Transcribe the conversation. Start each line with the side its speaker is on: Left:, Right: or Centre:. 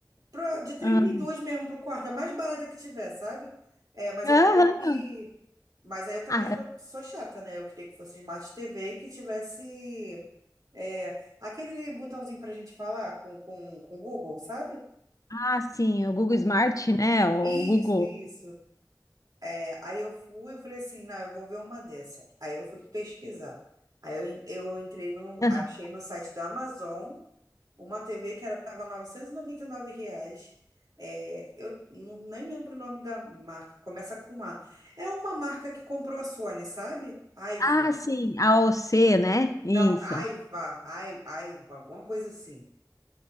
Right: Pra, de trinta
Left: Ah,
Right: e dois mesmo pro quarto, a mais barata que tiver, sabe? É, mas
Left: aham.
Right: eu queria que. Mas aí eu também
Left: Ah,
Right: sou,
Left: é.
Right: sou chata, né? Eu queria que fosse Smart TV e que tivesse. É, aquele botãozinho pra gente falar com, com, com o Google, sabe?
Left: ah, sim, o Google
Right: O
Left: Smart,
Right: Google.
Left: né? O
Right: Isso,
Left: Google.
Right: isso. É, aí eu fui, eu falei assim, não, eu vou ver uma dessa. Aí eu fui pesquisar. Aí eu, en- eu entrei no,
Left: Aham.
Right: achei no site da Amazon Uma TV que era, tava 999 reais. É, eu não- nem lembro o nome da marca. Começa com A. É uma marca que comprou a Sony, sabe? Aiva.
Left: Ah, sim, a OC, né?
Right: Não,
Left: Isso.
Right: Aiva. Ai, Aiva, alguma coisa assim.